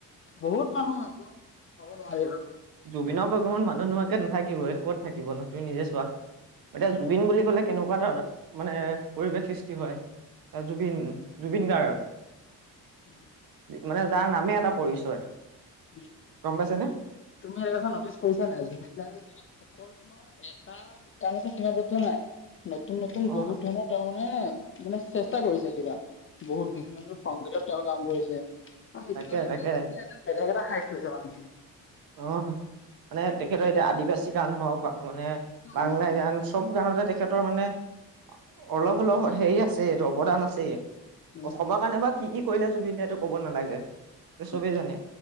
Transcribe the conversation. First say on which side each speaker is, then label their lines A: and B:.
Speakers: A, on the left; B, on the right.
A: বহুত মানুহ একদম ক'ব নোৱাৰি আৰু।
B: জুবিনৰ প্ৰগ্ৰেমত মানুহ নোহোৱাকে নাথাকিব‌ই ক'ত থাকিব নো তুমি নিজে চোৱা। এতিয়া জুবিন বুলি ক'লে কেনেকুৱা ধৰণৰ এটা মানে পৰিৱেশ সৃষ্টি হয়? এ জুবিন-
A: উম
B: জুবিন গাৰ্গ।
A: <inaudible>
B: মানে যাৰ নামে এটা পৰিচয়
A: উম
B: গম পাইছেনে?
A: তুমি এটা কথা নটিচ কৰিছা নাই জুবিন দাই <unintelligible> অকল তোমাৰ এটা গানতে সীমাবদ্ধ নাই নতুন-নতুন
B: অ
A: বহুত ধৰণৰ তেওঁ মানে- মানে চেষ্টা কৰিছে কিবা। বহুত বিভিন্ন <unintelligible> সংগীতত তেওঁ কাম কৰিছে। অ, সেইটো
B: তাকে
A: কাৰনে
B: তাকে
A: তেঁওক কিবা এটা বেলেগ এটা শাৰীত থৈছে মানুহখিনি।
B: অ, মানে তেখেতৰ এতিয়া আদিবাচি গান হওক বা মানে
A: উম
B: বাংলা গান চব গানতে তেখেতৰ মানে অলপ হলেও হেৰি আছে এইটো অৱদান আছে।
A: উম
B: অসমৰ কাৰণে বা কি- কি কৰিলে জুবিন দাই এইটো কব নালাগে
A: উম
B: চবেই জানে